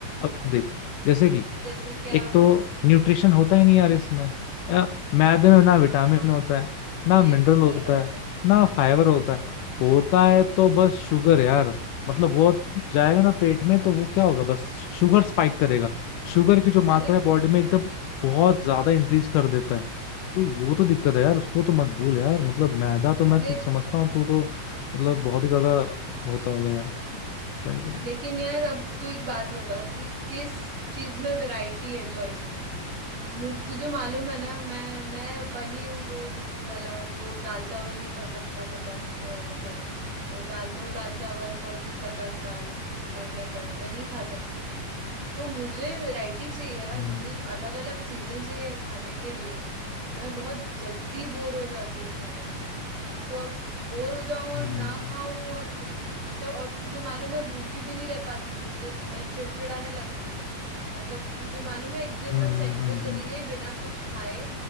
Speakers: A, on the left; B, on the right.
A: अब देख जैसे कि
B: जैसे क्या
A: एक तो न्यूट्रिशन होता ही नहीं यार इसमें अ, मैदे में ना विटामिन
B: हाँ
A: होता है ना
B: ये
A: मिनरल
B: तो सही
A: होता
B: बात
A: है
B: है
A: ना फाइबर
B: हम्म
A: होता है होता है
B: हम्म
A: तो बस शुगर यार मतलब वो जाएगा ना पेट में तो वो क्या होगा बस शुगर स्पाइक करेगा शुगर की जो मात्रा
B: अरे
A: है बॉडी में एकदम बहुत ज्यादा इंक्रीज कर देता है तो वो तो दिक्कत है यार उसको तो मत भूल यार मतलब मैदा तो मैं
B: अरे
A: तो समझता हूँ तू तो मतलब बहुत ही ज्यादा होता होगा यार क्या ही बोलूं
B: लेकिन यार अब तू एक बात बता कि किस चीज में वैरायटी है चॉइसेस की मुझ तुझे मालूम है ना मैं मैं बनी हूँ वो मूवी वाला जो दाल चावल नहीं खा सकता पचास अ, मतलब अ, दाल नो दाल चावल फॉर पचास साल मरने तक मैं नहीं खा सकती तो मुझे वैरायटी चाहिए यार
A: हम्म
B: मुझे अलग अलग चीजें चाहिए खाने के लिए मैं बहुत जल्दी बोर हो जाती हूँ खाने से तो अब बोर हो जाऊं और
A: हम्म
B: ना खाऊं और बिल मतलब और तुझे मालूम है भूखी भी नहीं रह पाती मुझे मैं चिड़चिड़ाने लगती हूँ मतलब तुझे मालूम है एक दिन
A: हम्म
B: मैं
A: हम्म
B: सेट
A: हम्म,
B: पे चली
A: हम्म,
B: गई बिना कुछ खाए